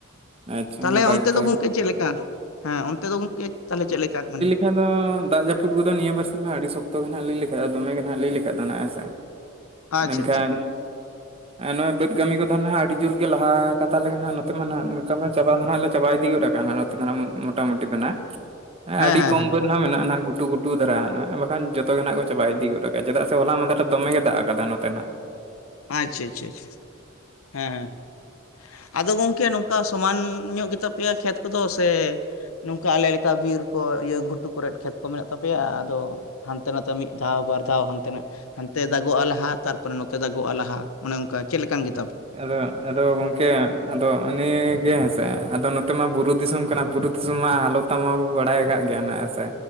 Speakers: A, on the right; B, on the left.
A: ᱟᱪᱪᱷᱟ
B: ᱛᱟᱦᱞᱮ
A: ᱱᱟᱯᱟᱭ
B: ᱚᱱᱛᱮ
A: ᱠᱟᱛᱷᱟ
B: ᱫᱚ
A: ᱜᱮ
B: ᱜᱚᱝᱠᱮ ᱪᱮᱫᱞᱠᱟ ᱦᱮᱸ ᱚᱱ ᱛᱮ ᱫᱚ ᱜᱚᱝᱠᱮ ᱛᱟᱦᱚᱞᱮ ᱪᱮᱫ ᱞᱮᱠᱟ ᱢᱟᱱᱮ?
A: ᱮᱱᱠᱷᱟᱱ ᱫᱚ ᱫᱟᱜ ᱡᱟᱹᱯᱩᱫ ᱠᱚᱫᱚ ᱱᱤᱭᱟᱹ ᱵᱟᱨᱥᱤᱧ ᱢᱟ ᱟᱹᱰᱤ ᱥᱚᱠᱛᱚ ᱜᱮ ᱱᱟᱦᱟᱸᱜ ᱞᱟᱹᱭ ᱞᱮᱠᱷᱟᱱ ᱫᱚᱢᱮ ᱜᱮᱦᱟᱜ ᱞᱟᱹᱭᱠᱷᱟᱡ ᱫᱚ ᱱᱟᱦᱟᱸᱜ ᱦᱟᱥᱟ
B: <inaudible>
A: ᱮᱱᱠᱷᱟᱱ
B: ᱟᱪᱪᱷᱟ <inaudible>
A: ᱱᱚᱜᱼᱚᱭ ᱵᱟᱹᱫᱽ ᱠᱟᱹᱢᱤ ᱠᱚᱫᱚ ᱱᱟᱦᱟᱸᱜ ᱟᱹᱰᱤ ᱡᱳᱨ ᱜᱮ ᱞᱟᱦᱟ ᱠᱟᱱᱛᱟᱞᱮ ᱜᱮ ᱱᱟᱸᱜ ᱱᱚᱛᱮ ᱢᱟ ᱱᱟᱸᱜ ᱪᱟᱵᱟ ᱫᱚ ᱱᱟᱸᱜ ᱞᱮ ᱪᱟᱵᱟ ᱤᱫᱤ ᱜᱚᱫ ᱠᱟᱱᱟ ᱦᱟᱸᱜ᱾ ᱢᱚᱴᱟᱢᱩᱴᱤ <inaudible>
B: ᱦᱮᱸ
A: ᱟᱹᱰᱤ
B: ᱦᱮᱸ
A: ᱠᱚᱢ
B: ᱦᱮᱸ
A: ᱫᱚ ᱢᱮᱱᱟᱜᱼᱟ ᱱᱟᱜ ᱜᱷᱩᱴᱩ ᱜᱩ ᱴᱩ ᱫᱟᱨᱟ‌ ᱦᱟᱱᱟᱜ ᱵᱟᱠᱷᱟᱱ ᱡᱚᱛ ᱜᱮ ᱱᱟᱦᱟᱜ ᱠᱚ ᱪᱟᱵᱟ ᱤᱫᱤᱜᱚᱫ ᱠᱟᱜᱼᱟ ᱪᱮᱫᱟᱜ ᱥᱮ ᱦᱚᱞᱟ ᱢᱟᱫᱷᱮᱨ ᱫᱚᱢᱮ ᱜᱮ ᱫᱟᱜ ᱟᱠᱟᱫᱟ ᱱᱚᱛᱮ ᱱᱟᱜ᱾
B: ᱟᱪᱪᱷᱟ ᱟᱪᱪᱷᱟ ᱦᱮᱸ ᱟᱫᱚ ᱜᱚᱢᱠᱮ ᱱᱚᱝᱠᱟ ᱥᱚᱢᱟᱱ ᱧᱚᱜ ᱜᱮᱛᱟ ᱯᱮᱭᱟ ᱠᱷᱮᱛ ᱠᱚᱫᱚ ᱥᱮ ᱱᱚᱝᱠᱟ ᱟᱞᱮ ᱞᱮᱠᱟ ᱵᱤᱨ ᱠᱚ ᱤᱭᱟᱹ ᱜᱷᱩᱴᱩ ᱠᱚᱨᱮᱫ ᱠᱷᱮᱛ ᱠᱚ ᱢᱮᱱᱟᱜ ᱛᱟᱯᱮᱭᱟ, ᱟᱫᱚ ᱦᱟᱱᱛᱮ ᱱᱟᱛᱮ ᱢᱤᱫ ᱫᱷᱟᱣ ᱵᱟᱨ ᱫᱷᱟᱣ ᱦᱟᱱᱛᱮ ᱱᱟᱜ ᱦᱟᱱᱛᱮ ᱫᱟᱜᱚᱜᱼᱟ ᱞᱟᱦᱟ ᱛᱟᱨᱯᱚᱨᱮ ᱱᱚᱛᱮ ᱫᱟᱜᱚᱜ ᱫᱟᱜ-ᱟ ᱞᱟᱦᱟ, ᱚᱱᱮ ᱚᱱᱠᱟ ᱪᱮᱫ ᱞᱮᱠᱟᱱ ᱜᱮ
A: ᱟᱫᱚ ᱟᱫᱚ ᱜᱚᱝᱠᱮ ᱟᱫᱚ ᱩᱱᱤᱜᱮ ᱦᱮᱸᱥᱮ ᱟᱫᱚ ᱱᱚᱛᱮ ᱢᱟ ᱵᱩᱨᱩ ᱫᱤᱥᱚᱢ ᱠᱟᱱᱟ ᱵᱩᱨᱩ ᱫᱤᱥᱚᱢᱟᱜ ᱦᱟᱞᱚᱛ ᱴᱟ ᱢᱟᱵᱚ ᱵᱟᱲᱟᱭ ᱠᱟᱜ ᱜᱮᱭᱟ ᱦᱟᱜᱸ ᱦᱮᱸᱥᱮ᱾